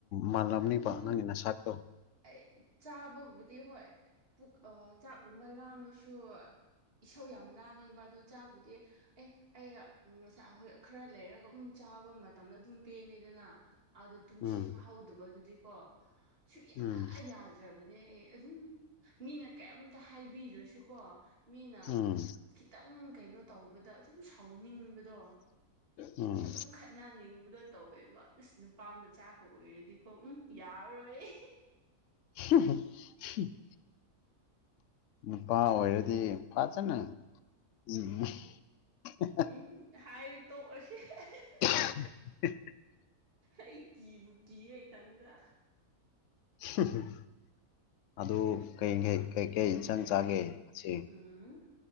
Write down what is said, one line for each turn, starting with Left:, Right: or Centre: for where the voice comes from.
Left: ꯃꯥꯜꯂꯝꯅꯤꯕ
Right: ꯑꯗꯨꯝ
Left: ꯅꯪꯒꯤ ꯅꯁꯛꯇꯣ
Right: ꯑꯩ ꯆꯥꯕꯕꯨꯗꯤ ꯍꯣꯏ ꯄꯨꯛ ꯑꯥ ꯆꯥꯛꯒꯨꯝꯕ ꯂꯥꯝꯃꯁꯨ ꯏꯁꯧ ꯌꯥꯝ ꯂꯥꯡꯉꯦꯕ ꯑꯗꯣ ꯆꯥꯛꯕꯨꯗꯤ ꯑꯦ ꯑꯩ ꯉꯁꯥꯏ ꯍꯣꯏ ꯈꯔ ꯂꯩꯔꯒ ꯑꯗꯨꯝ ꯆꯥꯕ ꯃꯇꯝꯗ ꯑꯗꯨꯝ ꯄꯦꯟꯅꯤ ꯗꯅ ꯑꯗꯨ ꯇꯨꯝꯁꯤꯠ
Left: ꯎꯝ
Right: ꯐꯍꯧꯗꯕꯗꯨꯗꯤꯀꯣ ꯁꯨꯛꯌꯥ
Left: ꯎꯝ
Right: ꯌꯥꯗ꯭ꯔꯕꯅꯦ ꯑꯩ ꯑꯗꯨꯝ ꯃꯤꯅ ꯀꯩꯝꯇ ꯍꯥꯏꯕꯤꯗ꯭ꯔꯁꯨ ꯀꯣ ꯃꯤꯅ
Left: ꯎꯝ
Right: ꯈꯤꯇꯪ ꯀꯩꯅꯣ ꯇꯧꯕꯗ ꯑꯗꯨꯝ ꯁꯥꯎꯅꯤꯡꯕꯗꯣ
Left: ꯑꯨꯝ
Right: ꯑꯗꯨꯝ ꯈꯠꯅꯅꯤꯡꯕꯗꯣ ꯇꯧꯋꯦꯕ ꯑꯁ ꯅꯨꯄꯥ ꯃꯆꯥꯀꯥ ꯑꯣꯏꯔꯗꯤꯀꯣ ꯑꯨꯝ ꯌꯥꯔꯔꯣꯏ ꯑꯩ
Left: <unintelligible> ꯅꯨꯄꯥ ꯑꯣꯏꯔꯗꯤ <unintelligible> ꯐꯖꯅꯥ <unintelligible>
Right: ꯑꯨꯡꯍꯨꯝ ꯍꯥꯏ ꯇꯣꯛꯑꯁꯤ <unintelligible>
Left: <unintelligible>
Right: ꯑꯩ ꯀꯤꯕꯨ ꯀꯤꯔꯦ ꯏꯊꯟꯗ
Left: <unintelligible> ꯑꯗꯨ ꯀꯩꯀꯩ ꯀꯩꯀꯩ ꯏꯟꯁꯥꯡ ꯆꯥꯒꯦ ꯉꯁꯤ
Right: ꯑꯨꯝ